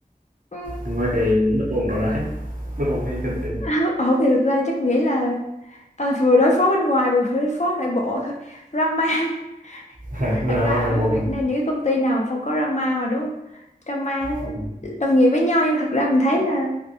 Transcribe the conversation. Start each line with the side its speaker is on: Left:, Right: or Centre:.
Left: Ừ.
Right: Ngoài cái bất ổn đó ra ấy, bất ổn về kinh tế.
Left: <laughs> Ổn thì thực ra chắc nghĩ là à, vừa đối phó bên ngoài vừa đối phó nội bộ thôi. Drama. <laughs>
Right: <laughs> là drama
Left: Thật ra ở
Right: nội bộ
Left: Việt
Right: hả?
Left: Nam những cái công ty nào mà không có drama mà đúng không? Drama
Right: Ừm,
Left: đồng nghiệp với nhau nhưng mà thật ra mình thấy là